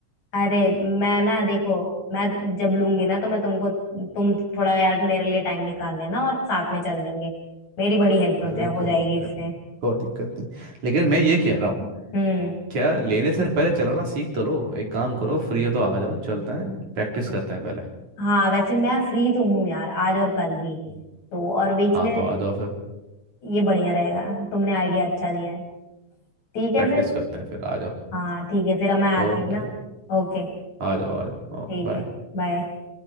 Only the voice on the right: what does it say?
अरे
कोई
दिक्कत
नहीं कोई दिक्कत नहीं लेकिन मैं ये कह रहा हूँ
क्या लेने से पहले चलाना सीख तो लो एक काम करो फ्री हो तो आ जाओ चलते हैं प्रैक्टिस करते हैं पहले
हम्म।
हाँ
तो आ जाओ फिर
प्रैक्टिस
करते हैं फिर आ जाओ
ओ
भाई
आ जाओ आ जाओ
ओ bye।